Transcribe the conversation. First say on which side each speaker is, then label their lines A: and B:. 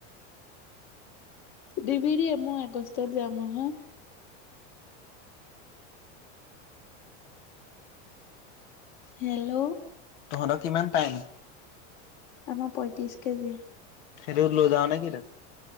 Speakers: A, on the left; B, on the left.
A: দিবি দেই মই আগষ্টত যাম নহয়। হেল্ল'?
B: তহঁতক কিমান পায়নো?
A: আমাৰ পয়ত্ৰিশ কেজি।
B: সেইটো লয় যাওঁনে কি তই?